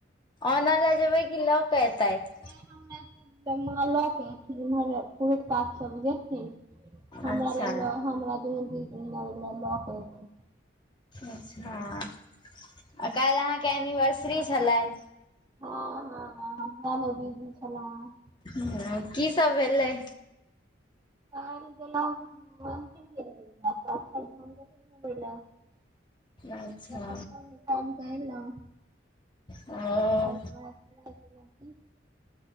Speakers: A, on the left (about 25°); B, on the right (about 20°).
A: अनलऽ जेबै कि लऽ कऽ एतैथ
B: नै हमरा सबलए माँ लऽ क एथिन इमहर पुरुख पात्त सब जेथिन हमरा
A: अच्छा
B: लए लऽ हमरा दुनू दीदी आओर लए लऽ क एथिन
A: अच्छऽ आ काल्हि अहाँके एनिवर्सरी छलय
B: हँ हँ हमरा लग बीजी छलौहें
A: हू की सब भेलै
B: <unintelligible> <unintelligible>
A: अच्छा
B: <unintelligible>
A: ओ